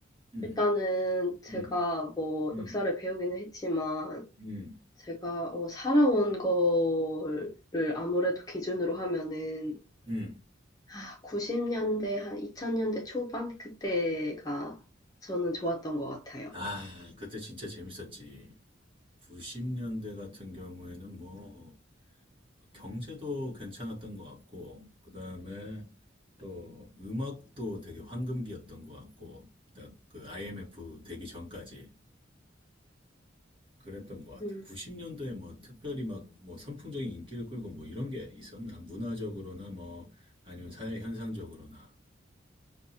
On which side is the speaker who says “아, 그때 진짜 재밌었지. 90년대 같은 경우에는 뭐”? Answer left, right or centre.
Right